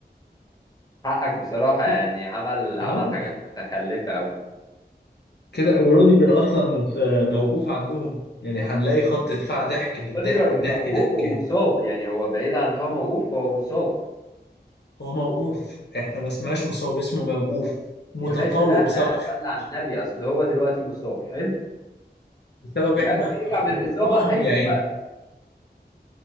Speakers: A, on the left; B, on the left.
A: حقك بصراحه يعني
B: كده
A: عمل عمل
B: حرام.
A: حاجات متخلفه قوي
B: كده وروديجر اصلا مت- آه، موقوف عندهم يعني هنلاقي خط دفاع ضحك للضحك
A: روديجر موقوف
B: ضحك ضحك
A: ومصاب
B: يعني.
A: يعني هو بعيد عن ان هو موقوف فهو مصاب
B: هو موقوف احنا ما اسمهاش مصاب اسمه موقوف متطاول
A: يا باشا لا
B: بسبب
A: آه،
B: اخر
A: صلى
B: ماتش
A: على النبي اصل هو دلوقتي مصاب حلو
B: بسبب
A: لما
B: احنا
A: يرجع
B: غلطنا
A: من الاصابه
B: قوي
A: هيتوقف
B: يا عيني